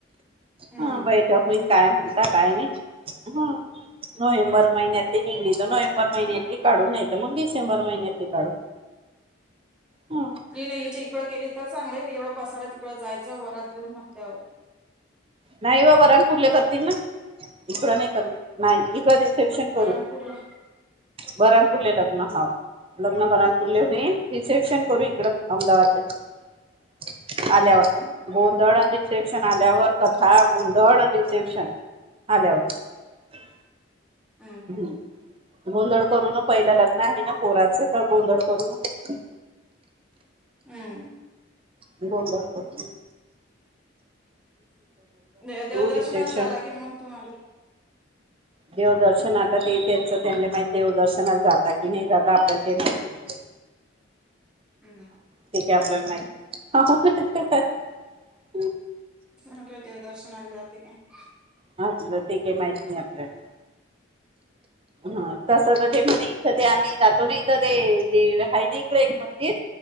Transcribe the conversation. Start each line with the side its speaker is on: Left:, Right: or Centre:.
Centre: हम्म.
Right: हा बाई टकमीन काय म्हणता काय नाही हा नोवंबर महिन्यातली निघडीत नोवंबर र महिन्यातली काढू नाही तर मग डिसेंबर महिन्यातली काढू ह
Centre: नाही नाही याच्या इकडं केली तर चांगले मी एवढा पसारा तिकडं जायचं वरात देऊन नकल्यावर
Right: नाही बा ब राणपुरले करतील ना इकडं नाही कर नाही इकडं रिसेप्शन
Centre: परमपूरला
Right: करू बरणपूरले लग्न हाव लग्न बरणपूरले हो रिसेप्शन करू इकड अहमदाबादले
Centre: हम्म
Right: आल्यावर गोंदवळ आणि शिक्षण आल्यावर कथा गुंधळ आणि रिसेप्शन आल्यावर
Centre: हम्म
Right: हम्म गोंधळ करून पहिलं लग्न आहे ना पोराचं तर गोंधळ करून
Centre: हम
Right: क बोलत
Centre: दे देवदर्शनावर
Right: रिसेप्शन
Centre: झाला की नाही मग तुम्हाला
Right: देवदर्शन आता ते त्यांच त्यां माहि देवदर्शनाला जाता की नाही जाता आपल्याला ते माहिती
Centre: हम्
Right: ठीक आहे आपल्याला माहिती
Centre: ह व दर्शनाल जातातिक
Right: ह तलं ते काही माहित नाही आपल्याला ह तस ते म्हणे इथं ते आम्ही जातो ना इथं ते दे आहे ना इक एक मंदिर